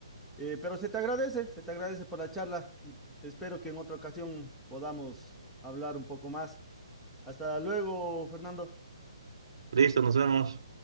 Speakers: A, in the centre; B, on the right.
A: eh, pero se te agradece, se te agradece por la charla. mm, Espero que en otra ocasión podamos hablar un poco más. Hasta luego, Fernando.
B: Listo, nos vemos.